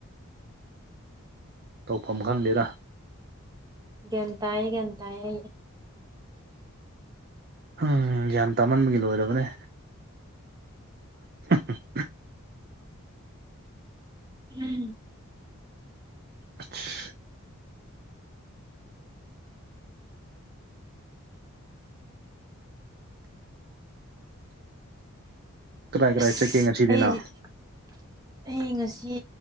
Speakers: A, on the right; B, on the right.
A: ꯇꯧꯐꯝ ꯈꯪꯗꯦꯗ
B: ꯒ꯭ꯌꯥꯟ ꯇꯥꯏꯌꯦ ꯒ꯭ꯌꯥꯟ ꯇꯥꯏꯌꯦ
A: ꯍꯝ ꯒ꯭ꯌꯥꯟ ꯇꯥꯃꯟꯕꯒꯤ ꯂꯣꯏꯔꯕꯅꯦ <inaudible>
B: ꯎꯝ
A: <unintelligible> ꯀꯗꯥꯏ ꯀꯗꯥꯏ
B: ꯑꯁ
A: ꯆꯠꯀꯦ ꯉꯁꯤꯗꯤꯅ
B: ꯑꯩ <unintelligible> ꯑꯩ ꯉꯁꯤ